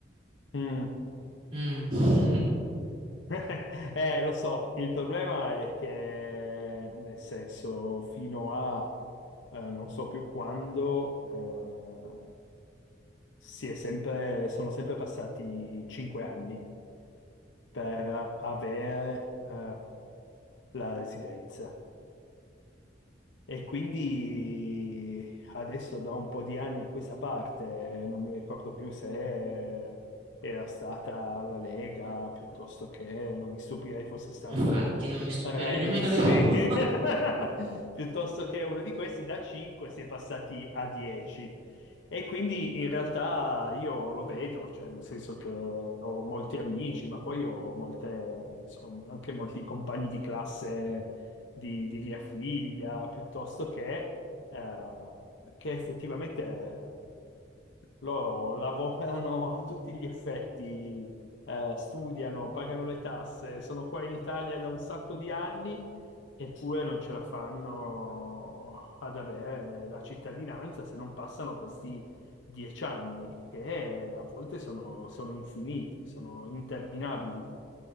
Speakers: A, on the left; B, on the right.
A: mm.
B: Mm. <laughs>
A: <laughs> Eh, lo so, il problema è che, nel senso, fino a eh, non so più quando, eh, si è sempre, sono sempre passati cinque anni per avere eh, la residenza. E quindi adesso da un po' di anni a questa parte, non mi ricordo più se era stata la Lega, piuttosto che, non mi stupirei fosse stato
B: Infatti, non mi stupirei
A: Renzi,
B: nemmeno io.
A: <laughs> piuttosto che uno di questi da 5 si è passati a 10. E quindi in realtà io lo vedo, cioè nel senso che ho molti amici, ma poi ho molte, insomma, anche molti compagni di classe di, di via Figlia, piuttosto che, eh, che effettivamente loro lavorano a tutti gli effetti, eh, studiano, pagano le tasse, sono qua in Italia da un sacco di anni eppure non ce la fanno ad avere la cittadinanza se non passano questi dieci anni, che a volte sono, sono infiniti, sono interminabili.